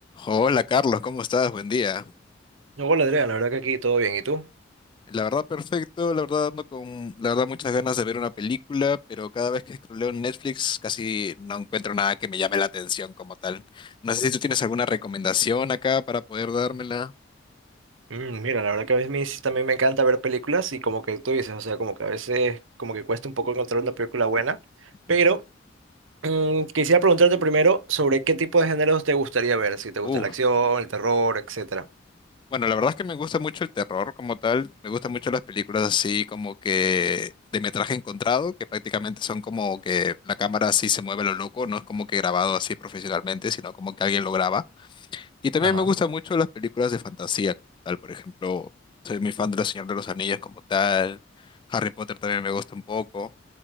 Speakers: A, on the left (about 25°); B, on the right (about 90°).
A: Hola Carlos, ¿cómo estás? Buen día.
B: No, hola Andrea, la verdad que aquí todo bien. ¿Y tú?
A: La verdad perfecto, la verdad ando con, la verdad muchas ganas de ver una película, pero cada vez que scrolleo en Netflix casi no encuentro nada que me llame la atención como tal. No sé si tú tienes alguna recomendación acá para poder dármela.
B: Mm, mira, la verdad que a veces me- sí también me encanta ver películas y como que tú dices, o sea, como que a veces como que cuesta un poco encontrar una película buena,
A: Ujú.
B: pero mm, quisiera preguntarte primero sobre qué tipo de géneros te gustaría ver, si te gusta
A: Uf,
B: la acción, el terror, etcétera.
A: bueno, la verdad es que me gusta mucho el terror como tal, me gustan mucho las películas así como que de metraje encontrado, que prácticamente son como que la cámara así se mueve a lo loco, no es como que grabado así profesionalmente, sino como que alguien lo graba. Y también
B: Ajá.
A: me gustan mucho las películas de fantasía como tal, por ejemplo, soy muy fan de La Señor de los Anillos como tal, Harry Potter también me gusta un poco.